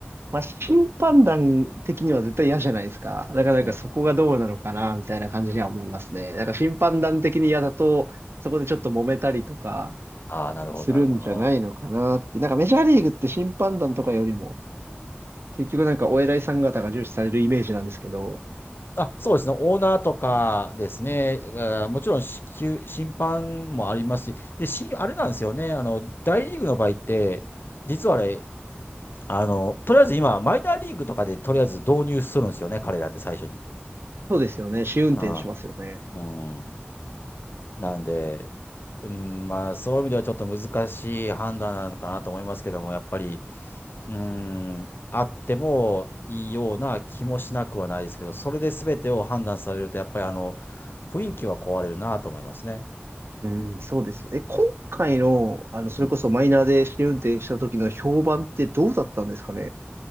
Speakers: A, on the right; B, on the left.
A: まあ、審判団的には絶対嫌じゃないですか。だからなんかそこがどうなのかな、
B: いやだと思います。
A: みたいな感じには思いますね。だから審判団的に嫌だと、そこでちょっと揉めたりとか
B: ああ、なるほど、
A: するんじゃないのかなって。
B: なるほど。
A: なんかメジャーリーグって審判団とかよりも、結局なんかお偉いさん方が重視されるイメージなんですけど、
B: あ、そうですね。オーナーとかですね。あーもちろん支給、審判もありますし。で、し、あれなんですよね。あの、大リーグの場合って、実はあれ、あの、とりあえず今、マイナーリーグとかでとりあえず導入するんですよね。彼らって最初に。
A: そうですよね。試運転しますよね。
B: うん。うん。なんで、うん、まあ、そういう意味ではちょっと難しい判断なのかなと思いますけども、やっぱり、うーん、あってもいいような気もしなくはないですけど、それで全てを判断されると、やっぱりあの、雰囲気は壊れるなと思いますね。
A: うん、そうですよね。え今回の、あの、それこそマイナーで試運転した時の評判ってどうだったんですかね
B: うん